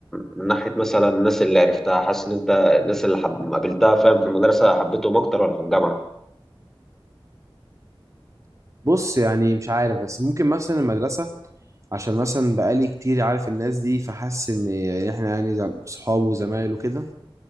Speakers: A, in the centre; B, on the right.
A: من ناحيه مثلا الناس اللي عرفتها حاسس ان انت الناس اللي حب... قابلتها فاهم في المدرسه حبيتهم اكتر ولا في الجامعه
B: بص يعني مش عارف بس ممكن مثلا المدرسة عشان مثلا بقالي كتير عارف الناس دي فحاسس ان احنا يعني زم- صحاب وزمايل وكده